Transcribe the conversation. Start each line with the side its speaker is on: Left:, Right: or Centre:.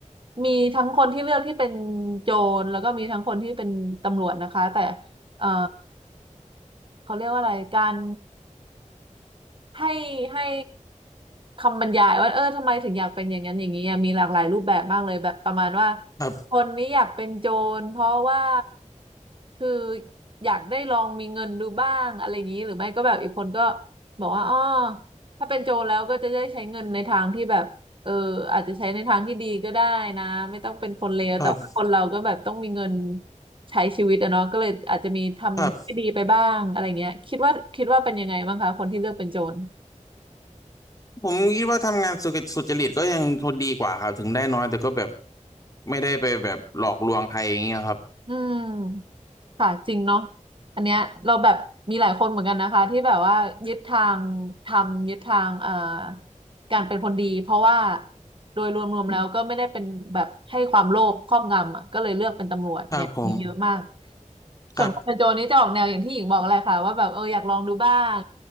Right: มีทั้งคนที่เลือกที่เป็นโจรแล้วก็มีทั้งคนที่เป็นตำรวจนะคะแต่เอ่อเขาเรียกว่าอะไรการ ให้ให้คำบรรยายว่าเออทำไมถึงอยากเป็นอย่างนั้นอย่างนี้อะมีหลากหลายรูปแบบมากเลยแบบประมาณว่า
Left: ครับ
Right: คนนี้อยากเป็นโจรเพราะว่าคืออยากได้ลองมีเงินดูบ้างอะไรอย่างนี้หรือไม่ก็แบบอีกคนก็บอกว่าอ๋อถ้าเป็นโจรแล้วก็จะได้ใช้เงินในทางที่แบบเอออาจจะใช้ในทางที่ดีก็ได้นะไม่ต้องเป็นคนเลวแต่ว่าคนเราก็แบบต้องมีเงิน
Left: ครับ
Right: ใช้ชีวิตอะเนาะก็เลยอาจจะมีทำไม่ดีไปบ้างอะไรเงี้ยคิดว่าคิดว่าเป็นยังไงบ้างคะคนที่เลือกเป็นโจร
Left: ครับผมคิดว่าทำงานสุจริตสุจริตก็ยังดีกว่าครับถึงได้น้อยแต่ก็แบบ ไม่ได้ไปแบบหลอกลวงใครอย่างเงี้ยครับ
Right: อืมค่ะจริงเนาะอันเนี้ยเราแบบมีหลายคนเหมือนกันนะคะที่แบบว่ายึดทางทำยึดทางเอ่อการเป็นคนดีเพราะว่าโดยรวมๆแล้วก็ไม่ได้เป็นแบบให้ความโลภครอบงำอ่ะก็เลยเลือกเป็นตำรวจเนี่ยมีเยอะมาก
Left: ครับผม
Right: ส่วนคนเป็นโจรนี่จะออกแนวอย่างที่หญิงบอกแหละค่ะว่าแบบเอออยากลองดูบ้าง
Left: ครับ